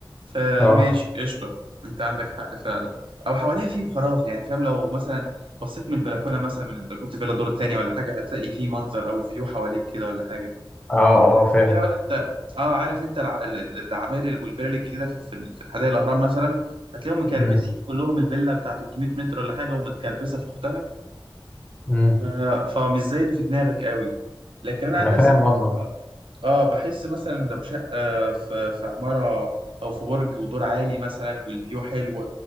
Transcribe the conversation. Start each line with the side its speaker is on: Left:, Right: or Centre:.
Right: فماشي
Left: اه
Right: قشطة انت عندك حق فعلا او حواليها في فراغ يعني فاهم لو مثلا بصيت من البلكونة مثلا من البلكونة فيلا الدور التاني ولا حاجة هتلاقي في منظر او فيو حواليك كده ولا حاجة
Left: اه
Right: المشكلة
Left: اه فاهم
Right: بقى انت اه عارف انت الع... ال- ال- العماير والفلل الجديدة في في ال- في الحدائق الاهرام مثلا هتلاقيهم مكربسين
Left: مم.
Right: كلهم الفيلا بتاع 300 متر ولا حاجة ومتكربسة في اختها
Left: مم.
Right: ف... فمش زي اللي في دماغك قوي لكن انا عن
Left: انا
Right: نفسي
Left: فاهم
Right: بصراحه
Left: قصدك
Right: اه بحس مثلا لو شقه في في عماره او في برج ودور عالي مثلا والفيو حلو